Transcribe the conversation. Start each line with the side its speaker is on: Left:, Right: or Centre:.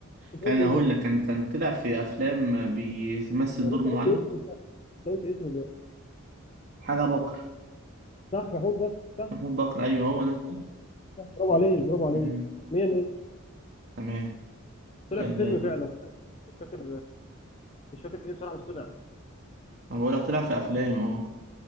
Left: انت
Right: كان
Left: قلت ايه
Right: هقول
Left: دلوقتي؟
Right: لك كان كان طلع في افلام بيمثل
Left: يا
Right: دور
Left: باشا
Right: معلق
Left: قلت اسمه دلوقتي انت قلت اسمه دلوقتي
Right: حاجه بكر
Left: صح محمود بكر صح
Right: محمود بكر ايوه هو ده صح
Left: برافو عليك برافو عليك
Right: مم.
Left: 100 100
Right: تمام
Left: طلع
Right: آه،
Left: في فيلم فعلا طلع في فيلم، مش فاكر مش فاكر ايه بصراحه بس طلع
Right: ما بقول لك طلع في افلام اه